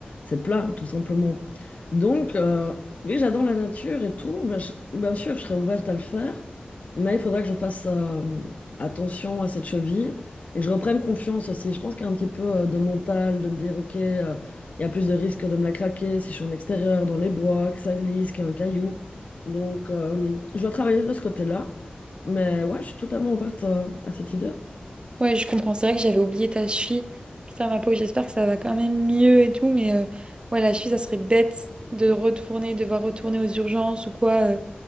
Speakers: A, on the left; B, on the right.
A: c'est plat, tout simplement. Donc, euh, vu que j'adore la nature et tout, ben, je- bien sûr, je serais ouverte à le faire, mais il faudra que je fasse euh, attention à cette cheville et que je reprenne confiance aussi. Je pense qu'il y a un petit peu euh, de mental, de me dire, ok, euh, il y a plus de risques de me la craquer si je suis en extérieur, dans les bois, que ça glisse, qu'il y a un caillou. Donc, euh, je dois travailler de ce côté-là, mais ouais, je suis totalement ouverte euh, à cette idée.
B: Ouais, je comprends. C'est vrai que j'avais oublié ta cheville. Putain, ma peau, j'espère que ça va quand même mieux et tout, mais euh, ouais, la cheville, ça serait bête de retourner, devoir retourner aux urgences ou quoi. euh.